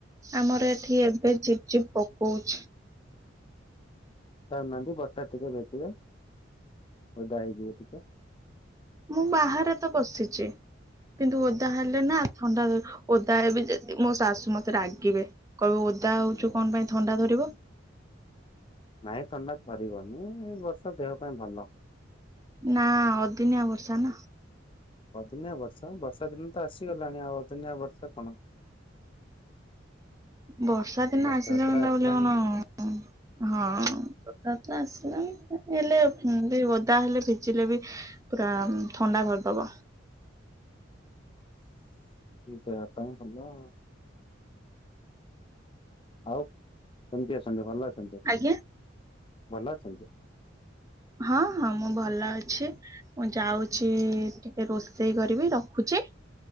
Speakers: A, on the right (about 15°); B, on the left (about 25°).
A: ଆମର ଏଠି ଏବେ ଝିପ୍ ଝିପ୍ ପକଉଛି।
B: ଯାଉନାହାନ୍ତି ବର୍ଷା ଟିକେ ଭେଦିବେ ଓଦା ହେଇଯିବେ ଟିକେ।
A: ମୁଁ ବାହାରେ ତ ବସିଛି। କିନ୍ତୁ ଓଦା ହେଲେ ନା ଥଣ୍ଡା ଧ ଓଦା ହେବି ଯଦି ମୋ ଶାଶୁ ମତେ ରାଗିବେ କହିବେ ଓଦା
B: ଆଚ୍ଛା
A: ହଉଛୁ କଣ ପାଇଁ। ଥଣ୍ଡା ଧରିବ।
B: ନାଇଁ ଥଣ୍ଡା ଥରିବନି-ଇ-ଇ ଏଇ ବର୍ଷ ଦେହ ପାଇଁ ଭଲ।
A: ନା-ଆ-ଆ-ଆ ଅଦିନିଆ ବର୍ଷା ନା।
B: ଅଦିନିଆ ବର୍ଷା ବର୍ଷା ଦିନ ତ ଆସିଗଲାଣି। ଆଉ ଅଦିନିଆ ବର୍ଷା କଣ?
A: ବର୍ଷା ଦିନ
B: ରଥଯାତ୍ରା
A: ଆସିଲା ବ ତା
B: ଆସିଲାଣି
A: ବୋଲି କଣ-ଅ-ଅ ହ ହଁ-ଅ-ଅ ହଠାତ୍ ଆସିଲା ଇଁ ହେଲେ ଓଦା ହେଲେ ଭି ଚିଲେ ବିି ପୁରା-ଆ-ଆ ଥଣ୍ଡା ଧରିଦବ।
B: ଦେହ ପାଇଁ ଭଲ। ଆଉ କେମିତି ଅଛନ୍ତି ଭଲ ଅଛନ୍ତି,
A: ଆଜ୍ଞା।
B: ଭଲ ଅଛନ୍ତି?
A: ହଁ ହଁ ମୁଁ ଭଲ ଅଛି। ମୁଁ ଯାଉଛି-ଇ-ଇ-ଇ ଟିକେ ରୋଷେଇ କରିବି ରଖୁଛି।